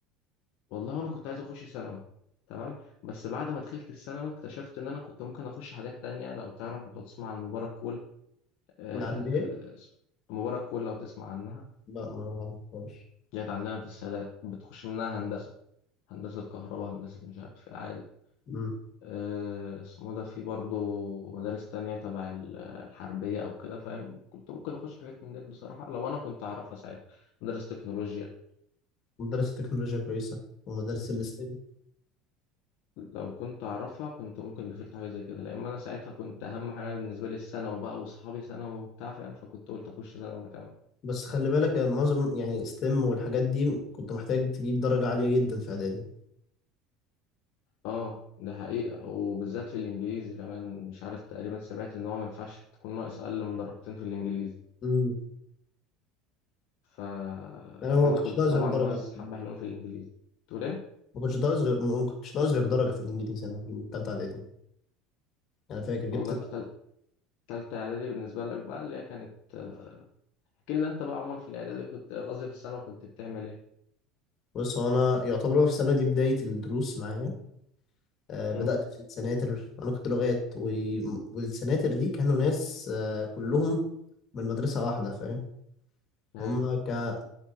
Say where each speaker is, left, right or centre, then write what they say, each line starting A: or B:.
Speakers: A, on the left; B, on the left.
A: والله انا كنت عايز اخش ثانوي تمام بس بعد ما دخلت الثانوي اكتشفت ان انا كنت ممكن اخش حاجات تانية لو تعرف لو تسمع عن مباراة كول آه
B: يعني إيه؟
A: مباراة كول لو تسمع عنها
B: لا ما أعرفهاش
A: جت عندنا في السادات بتخش منها هندسة هندسة كهرباء هندسة مش عارف إيه عادي
B: مم.
A: آه اسمه ده في برضه مدارس تانية تبع ال- الحربية أو كده فاهم كنت ممكن أخش حاجات من ديت بصراحة لو أنا كنت أعرفها ساعتها مدارس تكنولوجيا
B: مدرسة تكنولوجيا كويسة ومدارس الستيم
A: لو كنت أعرفها كنت ممكن دخلت حاجة زي كده لأن أنا ساعتها كنت أهم حاجة بالنسبة لي الثانوي بقى وأصحابي ثانوي وبتاع فاهم فكنت قلت أخش ثانوي أنا كمان
B: بس خلي بالك يا معظم يعني ستيم والحاجات دي كنت محتاج تجيب درجة عالية جدا في إعدادي
A: أه ده حقيقة وبالذات في الإنجليزي كمان مش عارف تقريبا سمعت إن هو ما ينفعش تكون ناقص أقل من درجتين في الإنجليزي
B: مم.
A: ف
B: أنا
A: وأنا
B: ما كنتش
A: كنت
B: بظهر
A: طبعا
B: درجة
A: ناقص حبة حلوين في الإنجليزي تقول إيه؟
B: ما كنتش ناقص غير ما كنتش ناقص غير درجة في الإنجليزي أنا في التالتة إعدادي أنا فاكر جبت
A: والله
B: تسعة.
A: أنت تل- تالتة إعدادي بالنسبة لك بقى اللي هي كانت آه، احكي لنا أنت بقى عموما في الإعدادي كنت قصدي في الثانوي كنت بتعمل إيه؟
B: بص هو أنا يعتبر هو في السنة دي بداية الدروس معايا آه بدأت
A: مم.
B: في السناتر أنا كنت لغات و... والسناتر دي كانوا ناس آه كلهم من مدرسة واحدة فاهم
A: أيوه
B: هما ك...